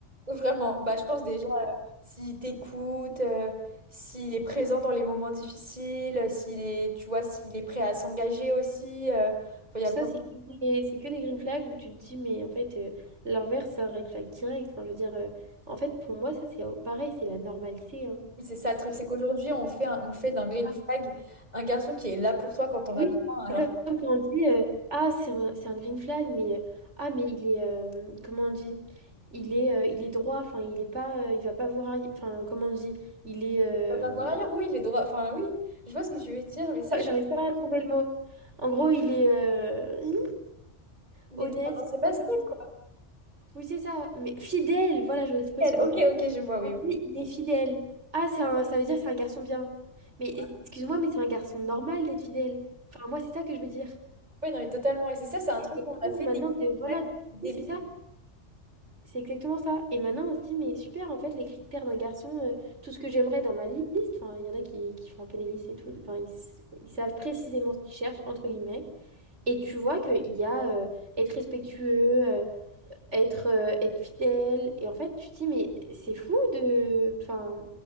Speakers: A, on the right; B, on the right.
A: Vraiment, bah, je pense déjà, euh, s'il t'écoute, euh, s'il est présent dans les moments difficiles, euh, s'il est, tu vois, s'il est prêt à s'engager aussi, euh, enfin, il y a
B: Ça,
A: plein
B: c'est
A: de...
B: que des, c'est que des green flags où tu te dis, mais en fait, euh, l'inverse, c'est un red flag direct. Enfin, je veux dire, euh, en fait, pour moi, ça, c'est euh, pareil, c'est la normalité. hein.
A: C'est ça le truc, c'est qu'aujourd'hui, on fait un- on fait d'un green
B: Ah,
A: flag un garçon qui est là pour toi quand
B: oui,
A: on a besoin. Alors,
B: c'est comme comme quand on dit, euh, ah, c'est un, c'est un green flag, mais, euh, ah, mais il est, euh, comment on dit? Il est, euh, il est droit, enfin, il est pas, euh, il va pas voir, aille- enfin, comment on dit? Il est, euh,
A: tu vas pas voir ailleurs, oui, les droits, enfin oui, je vois ce que tu veux dire, mais sache
B: ouais, j'arrive pas à trouver le mot. En gros, il est euh,
A: il
B: honnête,
A: est droit dans ses
B: non,
A: baskets,
B: pas du
A: quoi.
B: Oui, c'est ça. Mais fidèle, voilà, je trouvé
A: Elle,
B: ce mot.
A: ok, ok, je vois, oui.
B: Oui, Il est fidèle. Ah, c'est un- ça veut dire que c'est un garçon bien. Mais
A: Oui,
B: excuse-moi, mais c'est un garçon normal d'être fidèle. Enfin, moi, c'est ça que je veux dire.
A: Ouais, non, mais totalement. Et c'est ça, c'est un
B: Et
A: truc
B: c'est
A: où on
B: fou,
A: a fait
B: maintenant
A: des green
B: de voilà,
A: flags débile.
B: oui, c'est ça, c'est exactement ça. Et maintenant, on se dit, mais super, en fait, les critères d'un garçon, euh, tout ce que j'aimerais dans ma liste, enfin, il y en a qui, qui font un peu des listes et tout, enfin, ils, s- ils savent précisément ce qu'ils cherchent, entre guillemets. Et tu vois qu'il y a euh, être respectueux, euh, être, euh, être fidèle. Et en fait, tu te dis, mais c'est fou de... Enfin,